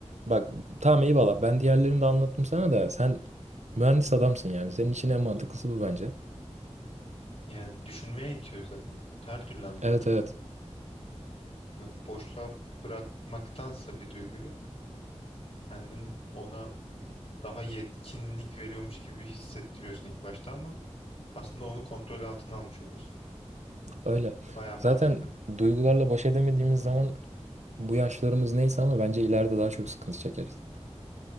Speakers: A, on the right; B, on the left.
A: Bak tamam eyvallah ben diğerlerini de anlattım sana da sen mühendis adamsın yani. Senin için en mantıklısı bu bence.
B: Yani düşünmeye itiyor zaten. Her türlü an mantıklı.
A: Evet evet
B: Yani boşluğa bırakmaktansa bir duyguyu kendin ona daha yetkinlik veriyormuş gibi hissettiriyorsun ilk başta ama aslında onu kontrol altına almış oluyorsun.
A: öyle.
B: Baya mantıklı.
A: Zaten duygularla baş edemediğimiz zaman bu yaşlarımız neyse ama bence ileride daha çok sıkıntı çekeriz.